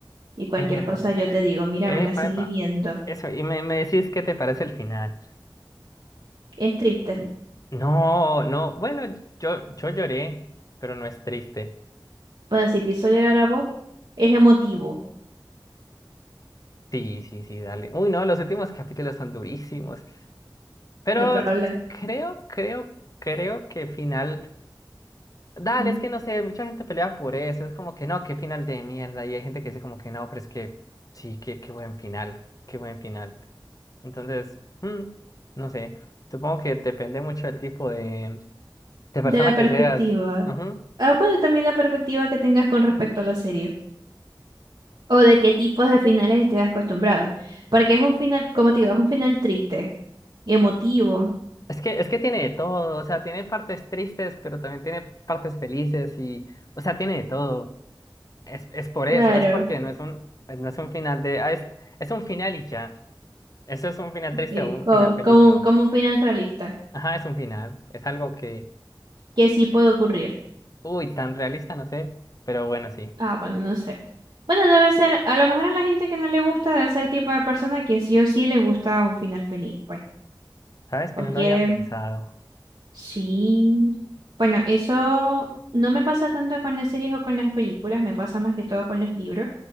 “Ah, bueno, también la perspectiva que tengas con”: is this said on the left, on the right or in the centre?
Right